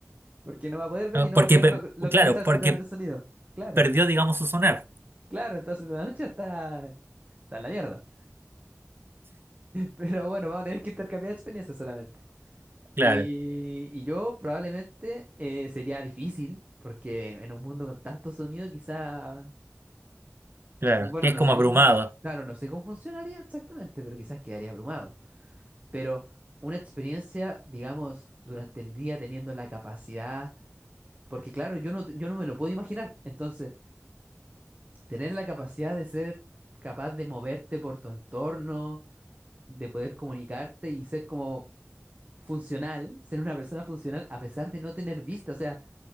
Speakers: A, on the right; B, on the right.
A: porque no va a poder ver
B: Ah,
A: y no
B: porque,
A: va a poder
B: pe-
A: lo- localizarse
B: claro, porque
A: a través del sonido. Claro,
B: perdió, digamos, su sonar.
A: claro, entonces la noche está, está en la mierda. Pero bueno, vamos a tener que intercambiar experiencias solamente.
B: Claro,
A: Y, y yo probablemente eh, sería difícil, porque en un mundo con tanto sonido, quizá,
B: claro,
A: quiz- bueno,
B: que es
A: no
B: como
A: sé cómo
B: abrumado,
A: funciona, claro, no sé cómo funcionaría exactamente, pero quizás quedaría abrumado. Pero una experiencia, digamos, durante el día teniendo la capacidad, porque claro, yo no, yo no me lo puedo imaginar. Entonces, tener la capacidad de ser capaz de moverte por tu entorno, de poder comunicarte y ser como funcional, ser una persona funcional a pesar de no tener vista. O sea,